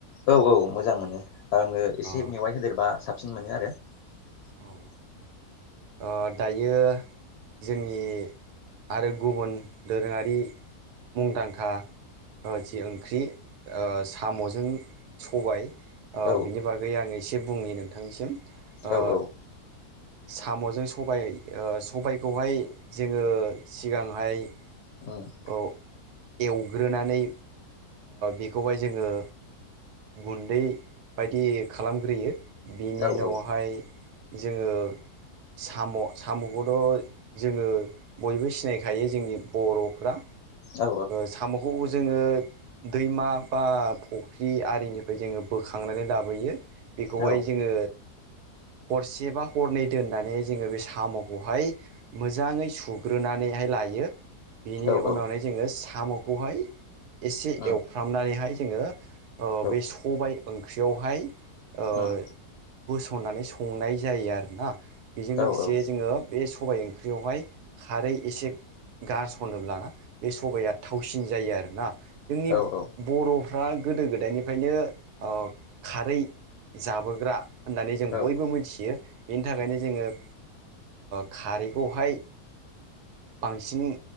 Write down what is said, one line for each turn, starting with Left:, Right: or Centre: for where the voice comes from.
Left: औ औ मोजां मोनो आङो एसे
Right: अ
Left: मेवाइ होदेरबा साबसिन मोनो आरो। <inaudible>
Right: औ ओ दायो जोंनि आरो गुबुन दोरोङारि मुंदांखा ओ जि ओंख्रि ओ साम'जों सबाइ। ओ
Left: औ
Right: बिनि बागै आं एसे बुंनि नोंथांनिसिम। ओ
Left: औ औ
Right: साम'जों सबाय सबायखौहाय जोङो सिगांहाय
Left: <inaudible>
Right: औ एवग्रोनानै बेखौहाय जोङो गुन्दै बायदि खालामग्रोयो बिनि
Left: औ
Right: उनावहाय
Left: औ
Right: जोङो साम' साम'खौथ' जोङो बयबो सिनायखायो जोंनि बर'फ्रा
Left: औ
Right: साम'खौ जोङो दैमा बा फुख्रि आरिनिफ्राय जोङो बोखांनानै लाबोयो बेखौहाय
Left: औ
Right: जोङो हरसे बा हरनै दोननानै जोङो बे साम'खौहाय मोजाङै सुग्रोनानैहाय लायो बिनि
Left: औ
Right: उनावहाय
Left: औ
Right: जोङो साम'खौहाय एसे
Left: उम
Right: एवफ्रामनानैहाय जोङो
Left: औ
Right: बे सबाय ओंख्रियावहाय ओ
Left: उम
Right: होसननानै संनाय जायो आरोना बेजों लोगोसे
Left: औ औ
Right: जोङो बे सबाय ओंख्रियावहाय खारै एसे गारसनोब्ला बे सबाया थावसिन जायो आरोना जोंनि
Left: औ औ
Right: बर' फ्रा गोदो गोदायनिफ्रायनो खारै जाबोग्रा होननानै जों
Left: औ
Right: बयबो मिथियो बेनि थाखायनो जोङो खारैखौहाय बांसिन